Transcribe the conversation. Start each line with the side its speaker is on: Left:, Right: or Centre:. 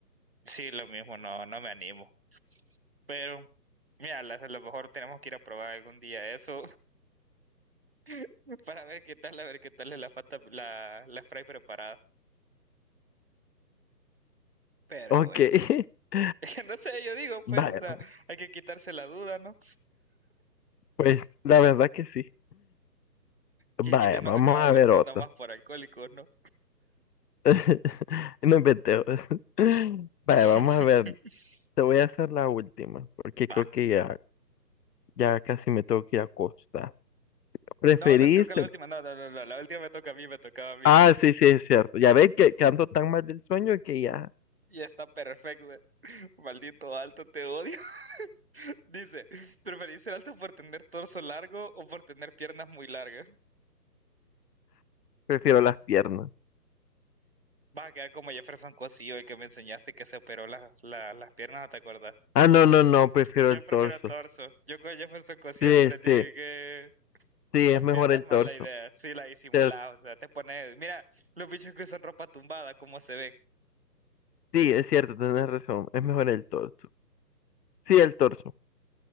Right: Sí, lo mismo, no, no me animo. Pero, mira, las- a lo mejor tenemos que ir a probar algún día eso <laughs> para ver qué tal, a ver qué tal es la, fanta- la, la Sprite preparada. Pero
Left: Ok.
Right: bueno.
Left: <laughs>
Right: <laughs> No sé, yo digo,
Left: Vaya,
Right: pues, o sea, hay que quitarse la duda, ¿no?
Left: pues la verdad que sí.
Right: Que
Left: Vaya,
Right: quite nos
Left: vamos
Right: acaba
Left: a
Right: gustando
Left: ver otra.
Right: más por alcohólicos, ¿no?
Left: <laughs> No inventé. <laughs> Vaya,
Right: <laughs>
Left: vamos a ver. Te voy a hacer la última, porque creo
Right: Va.
Left: que ya, ya casi me tengo que ir a acostar. ¿Preferís?
Right: No, lo- creo que la
Left: el-
Right: última, no, no, no, no, la última me toca a mí, me tocaba a mí.
Left: Ah, sí, sí, es cierto. Ya ves que, que ando tan mal del sueño que ya
Right: Y está perfecto. <laughs> Maldito alto, te odio. <laughs> Dice, ¿preferís ser alto por tener torso largo o por tener piernas muy largas?
Left: prefiero las piernas.
Right: Va a quedar como Jefferson Cosillo, el que me enseñaste que se operó las, la- las piernas, ¿no te acordás?
Left: Ah, no, no, no, prefiero
Right: Yo
Left: el
Right: prefiero
Left: torso.
Right: torso. Yo con Jefferson Cosillo
Left: Sí,
Right: aprendí
Left: sí,
Right: que
Left: sí,
Right: Las
Left: es mejor
Right: piernas
Left: el
Right: mala
Left: torso.
Right: idea, sí la disimulás,
Left: Te-
Right: o sea, te pones, mira, los bichos que usan ropa tumbada, cómo se ven.
Left: Sí, es cierto, tenés razón, es mejor el torso. Sí, el torso.